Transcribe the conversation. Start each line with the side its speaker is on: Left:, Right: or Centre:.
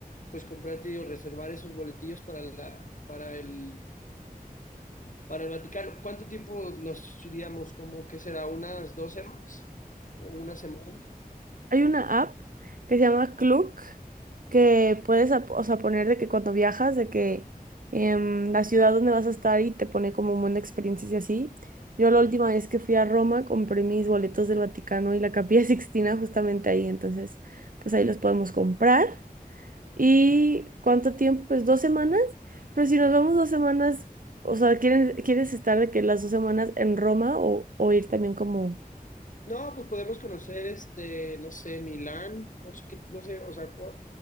Left: pues comprarte o reservar esos boletillos para la, para el, para el Vaticano. ¿Cuánto tiempo nos iríamos? como que será? ¿Unas dos semanas? ¿O una semana?
Right: Hay una app que se llama Klook que puedes, ap- o sea, poner de que cuando viajas, de que em, la ciudad donde vas a estar y te pone como un buen de experiencias y así. Yo la última vez que fui a Roma compré mis boletos del Vaticano y la Capilla <laughs> Sixtina justamente ahí, entonces pues ahí los podemos comprar. ¿Y cuánto tiempo? Pues dos semanas. Pero si nos vamos dos semanas, o sea, ¿quieren- ¿quieres estar de que las dos semanas en Roma o, o ir también como...
Left: No, pues podemos conocer este, no sé, Milán, no sé qué, no sé, o sea, cu-